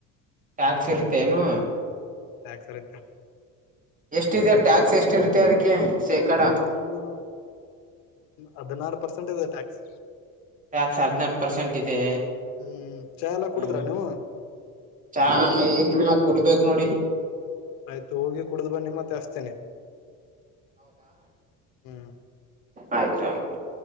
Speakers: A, on the right; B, on the left.
A: ಟ್ಯಾಕ್ಸ್ ಇರುತ್ತೆ ಏನೂ
B: ಟ್ಯಾಕ್ಸ್ ಇರುತ್ತೆ
A: ಎಷ್ಟಿದೆ ಟ್ಯಾಕ್ಸ್ ಎಷ್ಟುರುತ್ತೆ ಅದಕ್ಕೆ
B: ಅದು,,,
A: ಶೇಕಡ
B: ಒಂದು, ಹದಿನಾರು ಪರ್ಸೆಂಟ್ ಇರುತ್ತೆ ಚೂ
A: ಟ್ಯಾಕ್ಸ್ ಹದಿನಾರು ಪರ್ಸೆಂಟ್ ಇದೆ
B: ಹ್ಮ್ ಚಾ ಎಲ್ಲ
A: <unintelligible>
B: ಕುಡುದ್ರ
A: ಹ್ಮ
B: ನೀವು
A: ಚಾ ಕೊಡ್ಬೇಕು <inaudible> ನೋಡಿ <unintelligible>
B: ಆಯ್ತು ಹೋಗಿ ಕುಡ್ದ್ ಬನ್ನಿ ಮತ್ತೆ ಅಸ್ತೇನೆ ಹ್ಮ್
A: ಆಯ್ತು <unintelligible>